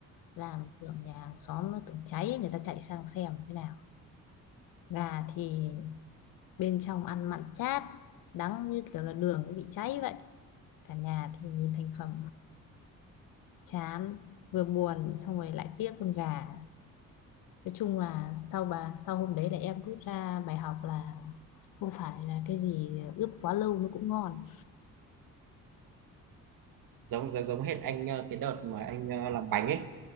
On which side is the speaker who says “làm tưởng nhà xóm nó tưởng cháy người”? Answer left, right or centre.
Left